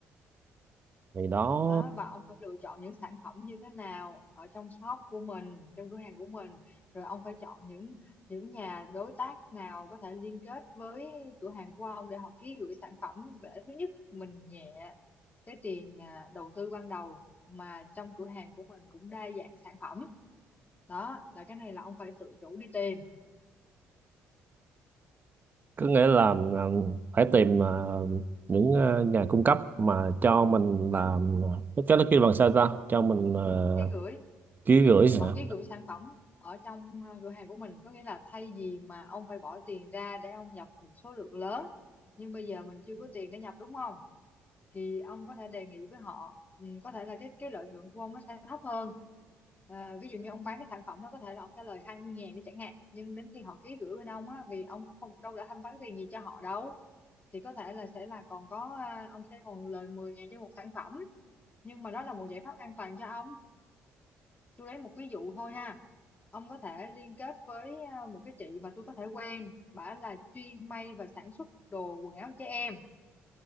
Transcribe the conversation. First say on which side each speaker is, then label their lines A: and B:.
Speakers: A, on the right (about 35°); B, on the left (about 30°).
A: thì đó
B: đó và ông phải lựa chọn những sản phẩm như thế nào ở trong shop của mình trong cửa hàng của mình rồi ông phải chọn những những nhà đối tác nào có thể liên kết với cửa hàng của ông để họ ký gửi sản phẩm để thứ nhất mình nhẹ cái tiền à, đầu tư ban đầu mà trong cửa hàng của mình cũng đa dạng sản phẩm đó là cái này là ông phải tự chủ đi tìm
A: có nghĩa là ờ, phải tìm ờ, những ờ, nhà cung cấp mà cho mình làm nó cho nó kêu bằng sao ta cho mình ờ,
B: ký gửi
A: ký gửi hả
B: họ cái gửi sản phẩm ở trong ờ, cửa hàng của mình có nghĩa là thay vì mà ông phải bỏ tiền ra để ông nhập một số lượng lớn nhưng bây giờ mình chưa có tiền để nhập đúng không thì ông có thể đề nghị với họ ừ, có thể là cái cái lợi nhuận của ông nó sẽ thấp hơn Ờ, ví dụ như ông bán cái sản phẩm đó có thể là ông trả lời hai mươi ngàn đi chẳng hạn nhưng đến khi họ ký gửi bên ông á vì ông không đâu đã thanh toán tiền gì cho họ đâu thì có thể là sẽ là còn có à, ông sẽ còn lời mười ngàn cho một sản phẩm nhưng mà đó là một giải pháp an toàn cho ông tôi lấy một ví dụ thôi ha ông có thể liên kết với à, một cái chị mà tôi có thể quen bả là chuyên may và sản xuất đồ quần áo trẻ em